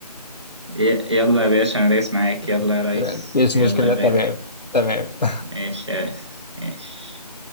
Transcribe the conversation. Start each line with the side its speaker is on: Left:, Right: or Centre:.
Right: ي- يلا يا باشا انا ريس معاك يلا
Left: <laughs>
Right: يا ريس
Left: مفيش
Right: يلا
Left: مشكله
Right: يا غالي
Left: تمام تمام
Right: ماشي يا ريس ماشي